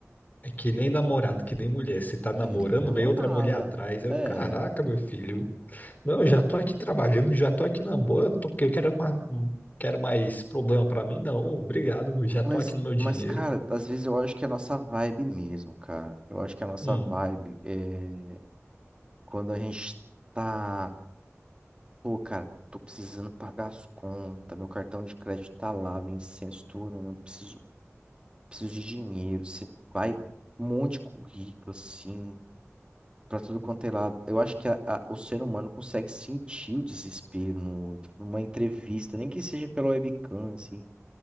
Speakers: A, on the left; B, on the right.
A: É que nem namorado, que nem mulher. Você tá namorando,
B: Que nem namorada.
A: vem outra mulher atrás. Eu,
B: É.
A: caraca, meu filho. Não, eu já tô aqui trabalhando, já tô aqui na boa, eu, tô- eu quero mais, quero mais problema pra mim? Não, obrigado, já tô
B: Mas,
A: aqui no meu dinheiro.
B: mas, cara, às vezes eu acho que é a nossa vibe mesmo, cara. Eu acho que é a nossa
A: Hum,
B: vibe é quando a gente tá. Pô, cara, tô precisando pagar as contas. Meu cartão de crédito tá lá, vencendo, estourando. Preciso, preciso de dinheiro. Você vai. Um monte de currículo, assim. Pra tudo quanto é lado. Eu acho que a- a- o ser humano consegue sentir o desespero no outro, numa entrevista, nem que seja pela webcam, assim.